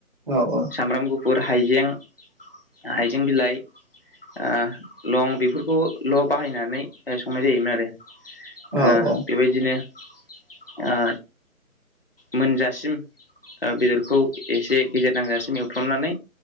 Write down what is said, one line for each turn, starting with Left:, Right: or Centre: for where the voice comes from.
Right: औ औ।
Left: सामब्राम गुफुर हाइजें हाइजें बिलाइ। ओ लं बेफोरखौल' बाहायनानै संनाय जायोमोन आरो।
Right: औ
Left: ओ
Right: औ
Left: बेबायदिनो‌ ओ मोनजासिम बेदरखौ एसे गेजेर नांजासिम ए एउफ्र्रमनानै